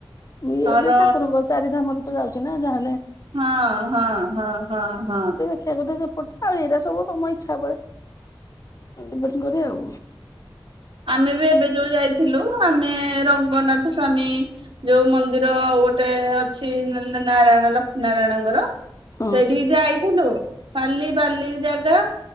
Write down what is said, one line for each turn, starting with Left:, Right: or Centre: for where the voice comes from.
Left: ଇଏ
Right: ଆମର
Left: ଯୋଉ ଠାକୁରଙ୍କ ଚାରିଧାମ ର ତ ଯାଉଛି ନା ଯାହାହେଲେ
Right: ହଁ ହଁ ହଁ ହଁ ହଁ।
Left: ଶଷା କଥା ସେପଟେ ଆଉ ଏଇରାା ସବୁ ତମ ଇଚ୍ଛା ପରେ ଡିପେ କରେ ଆଉ।
Right: ଆମେ ବି ଏବେ ଯୋଉ ଯାଇଥିଲୁ ଆମେ ରଙ୍ଗନାଥ ସ୍ଵାମୀ ଯୋଉ ମନ୍ଦିର ଗୋଟେ ଅଛି ନାରାୟଣ ଲକ୍ଷ୍ମୀ ନାରାୟଣଙ୍କର।
Left: ହଁ
Right: ସେଇଠିକି ଯାଇଥିଲୁ ଖାଲି ବାଲି ଜାଗା।